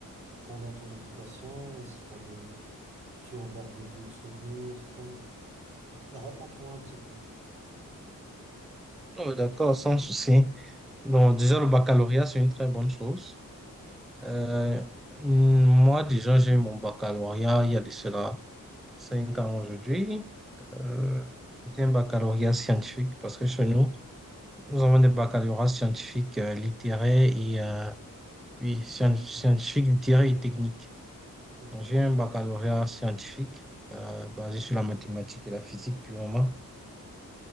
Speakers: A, on the right (about 85°); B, in the centre.
A: pendant ton éducation et si t'as des tu en gardes des beaux souvenirs. Comment... Raconte-moi un petit peu.
B: Oh, d'accord, sans souci. Donc, déjà, le baccalauréat, c'est une très bonne chose. Euh, moi, déjà, j'ai eu mon baccalauréat il y a de cela cinq ans aujourd'hui. Euh, c'était un baccalauréat scientifique parce que chez nous, nous avons des baccalauréats scientifiques, euh, littéraires et euh, oui, scien- scientifiques, littéraires et techniques.
A: Ok.
B: Donc, j'ai un baccalauréat scientifique euh, basé sur la mathématique et la physique purement.